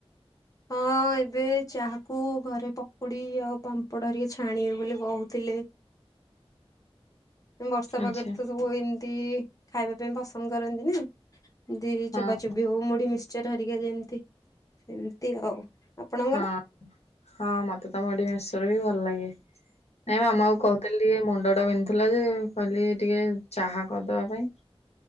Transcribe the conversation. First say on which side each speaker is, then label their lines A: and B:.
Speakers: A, on the left; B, on the left.
A: ହଁ। ମୁଁ ଏବେ ଚାହାକୁ ଘରେ ପକୁଡି ଆଉ ପାମ୍ପଡ ହେରିକା ଛାଣିବି ବୋଲି କହୁଥିଲେ। ବର୍ଷା
B: ଆଚ୍ଛା
A: ପାଗରେ ତ ସବୁ ଏମିତି ଖାଇବା ପାଇଁ ପସନ୍ଦ କରନ୍ତି ନା। ଏ ମତି
B: ହଁ
A: ଚୋବା ଚୋବି ହଉ ମୁଢି ମିଶ୍ଚର ହେରିକା ଯେମିତି ସେମିତି ଆଉ। ଆପଣଙ୍କର?
B: ହଁ ହଁ ମତେ ତ ମୁଢ଼ି ମିଶ୍ଚର ବି ଭଲ ଲାଗେ। ନାଇଁ ମ ମାମାକୁ କହୁଥିଲି ଟିକେ ମୁଣ୍ଡ ଟା ବିନ୍ଧୁଥିଲା ଯେ କହିଲି ଟିକେ ଚାହା କରିଦବା ପାଇଁ